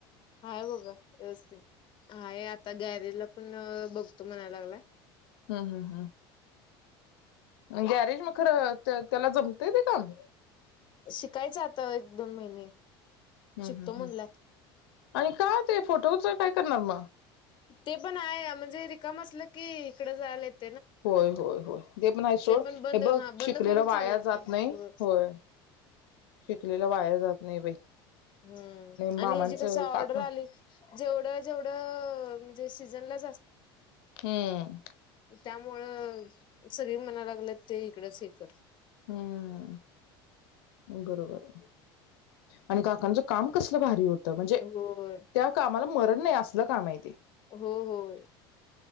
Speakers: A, on the left; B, on the left.
A: हाय बघा व्यवस्थित हाय आता गॅरेजला पण.. बघ <inaudible> तो म्हणाय लागलाय.
B: हम्म हम्म गॅरेज मग खरं त्याला जमतय ते काम?
A: शिकायचं आता एक दोन महिने
B: हम्म
A: शिकतो
B: हम्म
A: म्हणलाय
B: आणि काय ते फोटोच काय. करणार मग?
A: ते पण आहे. म्हणजे रिकाम असल. की इकडें जायालयत
B: होय होय होय ते प नाही सोड
A: पण बंद
B: हे बघ
A: हा बंद
B: शिकलेलं
A: करून
B: वाया
A: चालत
B: जात नाही
A: हो
B: होय शिकले वाया जात नाही बाई
A: हम्म
B: मामांचं
A: आणि ह्याजी कस ऑर्डर
B: काका
A: आली जेवढ जेवढ म्हणजे सीझनला <unintelligible>
B: हम्म
A: त्यामुळं सगळी म्हणायला लागल्यात ते इकडंच हे कर
B: हम्म बरोबर आणि काकांच काम कसलं भारी होत. त म्हणजे
A: होय,
B: त्या कामाला मर नाही असलं काम आहे ते
A: हो होय